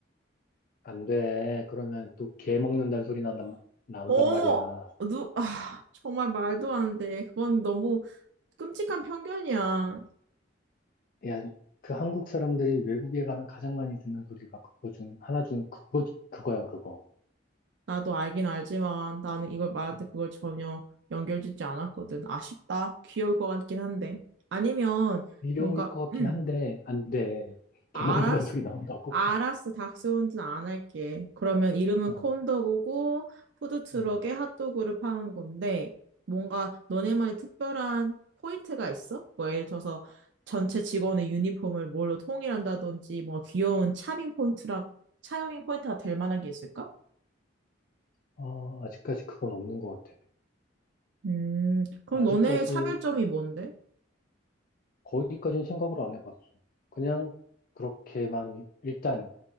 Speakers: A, on the left; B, on the right.
A: 안 돼. 그러면 또 개 먹는다는 소리 나온단, 마- 나온단
B: 어머,
A: 말이야.
B: 누, 아, 정말 말도 안 돼. 그건 너무 끔찍한 편견이야.
A: 야, 이- 그 한국 사람들이 외국에 가면 가장 많이 듣는 소리가 그거 중, 하나 중 그거, 그거야, 그거.
B: 나도 알긴 알지만 나는 이걸 말할
A: 음.
B: 때 그걸 전혀 연결짓지 않았거든. 아쉽다. 귀여울 것 같긴 한데. 아니면
A: 귀여울
B: 뭔가,
A: 것 같긴
B: 음,
A: 한데, 안 돼.
B: 알았,
A: 개 먹는다는 소리 나온다고.
B: 알았어, 닥스훈진 안 할게. 그러면 이름은
A: 어,
B: 콘도그고 푸드트럭에
A: 어.
B: 핫도그를 파는 건데 뭔가 너네만의 특별한 포인트가 있어? 뭐 예를 들어서 전체 직원의 유니폼을 뭘로 통일한다든지 뭔가 귀여운 차밍 포인트라 차밍 포인트가 될 만한 게 있을까?
A: 아, 아직까지 그건 없는 것 같아.
B: 음, 그럼
A: 아직까지
B: 너네의 차별점이 뭔데?
A: 거기까지는 생각을 안 해봤어. 그냥 그렇게만 일단